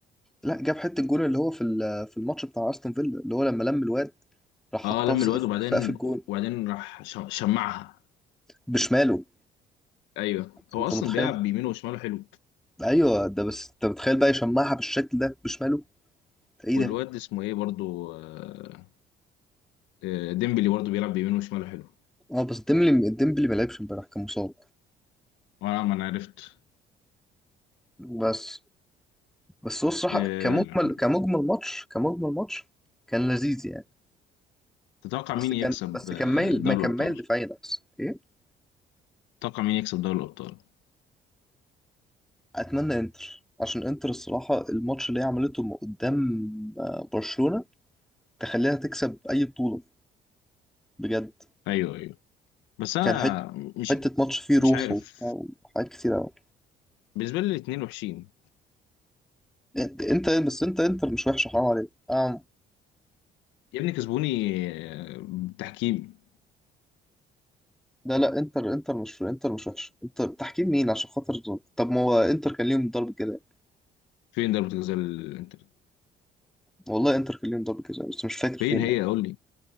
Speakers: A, in the centre; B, on the left.
A: لا جاب حته الجون اللي هو في ال... في الماتش بتاع استون فيلا اللي هو لما لم الواد راح
B: اه
A: حطها
B: لم
A: في سقف
B: الواد وبعدين
A: في سقف الجون
B: وبعدين راح ش- شمعها
A: بشماله
B: ايوه هو
A: انت
B: اصلا
A: متخيل
B: بيلعب بيمينه وشماله حلو
A: ايوه ده بس انت متخيل بقى يشمعها بالشكل ده بشماله ده ايه
B: والواد
A: ده
B: اسمه ايه برضو آه، آه، ديمبلي برضو بيلعب بيمينه وشماله حلو
A: اه بس ديمبلي ديمبلي ما لعبش امبارح كان مصاب
B: وانا ما انا عرفت
A: بس بس هو الصراحه
B: آه،
A: كمجمل كمجمل ماتش كمجمل ماتش كان لذيذ يعني
B: تتوقع
A: بس
B: مين يكسب
A: كان بس
B: آه،
A: كان مايل
B: دوري
A: ما كان
B: الابطال
A: مايل دفاعيا احسن ايه
B: تتوقع مين يكسب دوري الابطال
A: اتمنى انتر عشان انتر الصراحه الماتش اللي هي عملته م- قدام آه، برشلونه تخليها تكسب اي بطوله بجد
B: ايوه ايوه بس انا
A: كان حته
B: مش
A: حته ماتش فيه
B: مش
A: روح
B: عارف
A: وبتاع وحاجات كتير قوي
B: بالنسبة لي الاتنين وحشين
A: انت انت بس انت انتر مش وحشه حرام عليك آه.
B: يا ابني كسبوني آه، بالتحكيم
A: لا لا انتر انتر مش انتر مش وحشه انتر تحكيم مين عشان خاطر طب ما هو انتر كان ليهم ضربه جزاء
B: فين ضربة الجزاء الانتر
A: والله انتر كان ليهم ضربه جزاء بس مش فاكر
B: فين
A: فين
B: هي
A: يعني.
B: قول لي